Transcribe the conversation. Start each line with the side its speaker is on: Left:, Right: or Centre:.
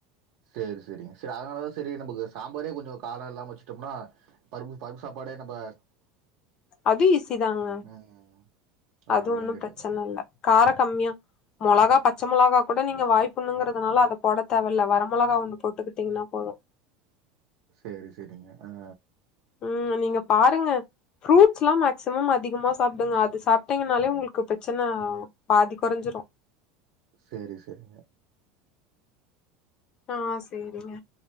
Right: சேரி செரிங்க சேரி அதனாலதா செரி நமக்கு சாம்பாரே கொஞ்சம் காரம் இல்லாம வச்சுட்டோம்னா பருப்பு பருப்பு சாப்பாடே நம்ப
Left: அதுவு ஈஸி தாங்க
Right: ம் அதனாலதா
Left: அது ஒன்னும்
Right: கேட்டதுங்க
Left: பிரச்சன இல்ல கார கம்மியா மொளகா பச்ச மொளகா கூட நீங்க வாய்ப்புண்ணுங்குறதுனால அத போட தேவையில்லை வர மொளகா ஒன்னு தொட்டுக்கிட்டீங்கன்னா போதும்
Right: சேரி சேரிங்க ஆ
Left: ம் நீங்க பாருங்க ஃப்ரூட்ஸ் எல்லாம் மேக்சிமம் அதிகமா சாப்பிடுங்க அது சாப்பிட்டீங்கனாலே உங்களுக்கு பிரச்சன பாதி குறைஞ்சிடும்
Right: சேரி சேரிங்க
Left: ஆ சேரிங்க